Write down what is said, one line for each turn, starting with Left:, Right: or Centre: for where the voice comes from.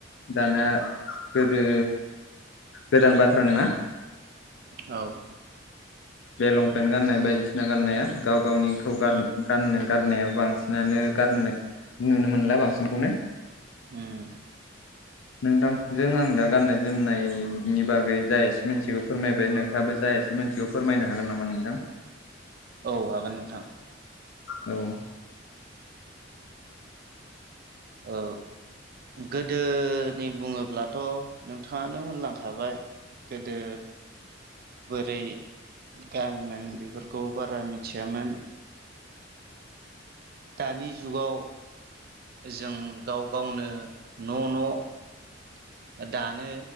Left: दाना गोदो गोदान बाथ्रा नङा
Right: औ
Left: <inaudible> बे लंपेन्ट गाननाय बायदिसिना गाननाया गाव गावनिखौ गाननाय गारनाया बांसिनानो गान नुनो मोनला बांसिनखौनो
Right: ओम
Left: <unintelligible> नोंथांजों आं दा गाननाय जोमनायनि बागै जायासै मिथिगौ फोरमायबाय नोंथाङाबो जाय एसे मोनथिगौ फोरमायनो हागोन नामा नोंथां
Right: औ हागोन नोंथां
Left: औ
Right: औ गोदोनि बुङोब्लाथ' नोंथाङानो होनलांखाबाय गोदो बोरै गानोमोन बेफोरखौ बारा मिथियामोन दानि जुगाव जों गाव गावनो न' न' दानो